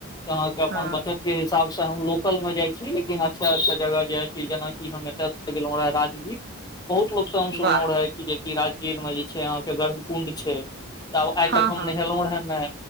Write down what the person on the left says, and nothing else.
अहाँके अपन
बचत। के हिसाब सँ हम लोकल मे जाइ छी, लेकिन अच्छा- अच्छा जगह जाइ छी, जेनाकि हम एतय सँ गेलहुं रह राजगीर। बहुत लोक सँ हम सुनलहुँ
रहै कि जेकि राजगीर मे जे छै अहाँके गरम कुण्ड छै। तब आइ
तक हम
नहेलहु रहै नै।